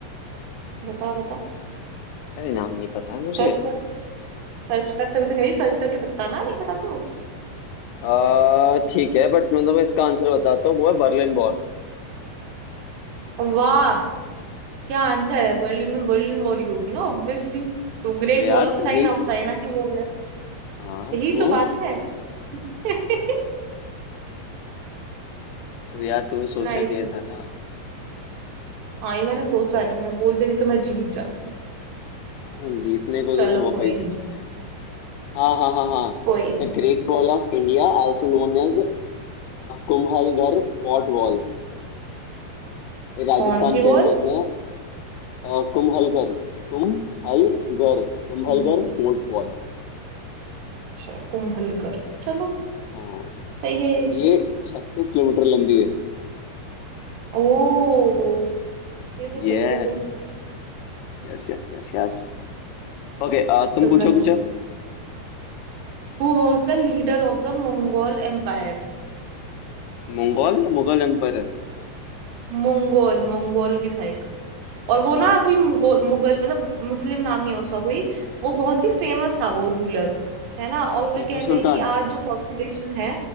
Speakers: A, on the right; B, on the left.
A: बता बता
B: अरे नाम नहीं पता है मुझे
A: सर्च कर सर्च कर तभी तो कह रही सर्च करके बताना नहीं पता तो
B: आ ठीक है बट मतलब मैं तुम्हें इसका आंसर बताता हूँ वो है बर्लिन वॉल
A: वाह क्या आंसर है बर्लिन में बर्लिन वॉर ही होगी ना ऑब्वियसली तो Great
B: तो यार
A: Wall of
B: तो यही
A: China of
B: त-
A: China की वॉल है
B: हाँ
A: यही
B: तो
A: तो बात है <laughs>
B: तो यार तुम्हें सोचना
A: नाइस
B: चाहिए
A: कुछ
B: था ना
A: हाँ ये मैंने सोचा नहीं मैं बोल देती तो मैं जीत जाती
B: हाँ, जीतने को
A: चलो
B: तो तुम्हें बहुत
A: कोई
B: पैसे
A: नहीं
B: मिल रहे हैं हाँ हाँ हाँ हाँ
A: कोई नहीं
B: The great wall of India also known as Kumbhalgarh fort wall Rajasthan
A: कौन सी
B: के अंदर
A: वॉल
B: में अ, कुंभलगढ़ Kumbhalgarh Kumbhalgarh
A: हम्म
B: fort wall
A: अच्छा कुम्हलगर चलो
B: हाँ
A: सही है ये भी।
B: ये छत्तीस किलोमीटर लंबी है
A: ओ ये तो सही
B: Yes
A: है भाई
B: Yes yes yes yes Okay आ, तुम
A: चल
B: पूछो
A: मैं पूछती
B: कुछ अब।
A: हूँ Who was the leader of the Mongol Empire
B: मंगोल या मुगल एम्पायर
A: Mongol Mongol भी था एक। और वो ना कोई मुगो, मुगल मतलब मुस्लिम नाम ही है उसका कोई वो बहुत ही फेमस था वो रूलर है ना और वे
B: टीपू
A: कहते
B: सुल्तान
A: हैं कि आज जो पॉपुलेशन है